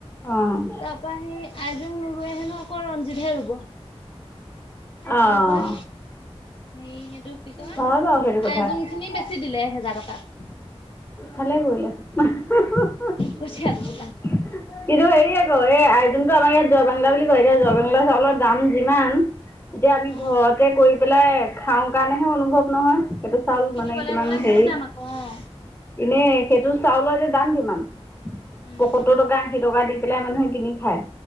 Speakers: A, on the left; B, on the left.
A: অ',
B: তাৰ পৰা সেই আইজোং নোৰুৱে হেনো ক ৰঞ্জিতহে ৰুব
A: অ',
B: তাৰ পৰা। হে এইটো কি কয়
A: হয় বাৰু সেইটো কথা
B: আজিৰ খিনি বেছি দিলে এহেজাৰ টকাত।
A: ভালে কৰিলে <unintelligible>
B: কঠীয়া টোপোলা।
A: কিন্তু হেৰি আকৌ এই যোনতটো আমাৰ ইয়াত জোৱাবাংলা বুলি কয় এতিয়া জোৱাবাংলা চাউলৰ দাম যিমান এতিয়া আমি
B: অঁ
A: ঘৰতে কৰি পেলাই খাওঁ কাৰণেহে অনুভৱ নহয়। এইটো চাউল
B: কিনিবলে
A: মানে কিমান
B: গ'লে বহুত
A: হেৰি
B: দাম আকৌ অঁ।
A: এনেই সেইটো চাউলৰ এতিয়া দাম কিমান?
B: উম।
A: পয়সত্তৰ টকা দি পেলাই মানুহে কিনি খাই